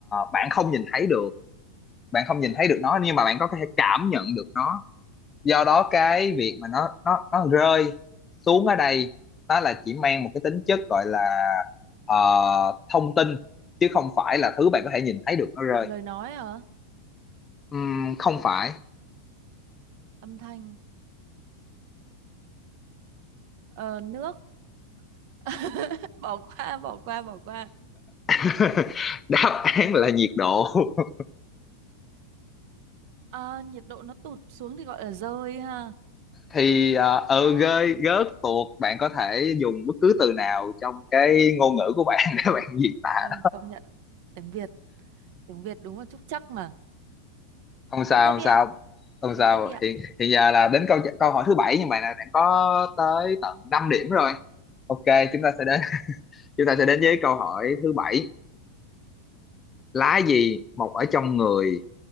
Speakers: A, on the left; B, on the right.
A: bạn không nhìn thấy được, bạn không nhìn thấy được nó nhưng mà bạn có thể cảm nhận được nó do đó cái việc mà nó nó nó rơi xuống ở đây nó là chỉ mang một cái tính chất gọi là ờ, thông tin chứ không phải là thứ bạn có thể nhìn thấy được nó rơi
B: lời nói hả
A: Ừm, không phải
B: âm thanh ờ, nước <laughs> bỏ qua bỏ qua bỏ qua
A: <laughs> đáp án là nhiệt độ <laughs>
B: à, nhiệt độ nó tụt xuống thì gọi là dơi ha
A: thì ờ, ừ
B: Ồ,
A: rơi rớt tuột bạn có thể dùng bất cứ từ nào trong cái ngôn ngữ của bạn <laughs> để bạn diễn tả
B: ôi công nhận tiếng Việt tiếng Việt đúng là trúc trắc mà
A: không sao
B: câu tiếp
A: không
B: đi
A: sao
B: ạ
A: không
B: câu
A: sao
B: tiếp đi ạ
A: hiện hiện giờ là đến câu câu hỏi thứ bảy nhưng mà là bạn đã có tới tận 5 điểm rồi ok chúng ta sẽ đến chúng ta sẽ đến với câu hỏi thứ bảy lá gì mọc ở trong người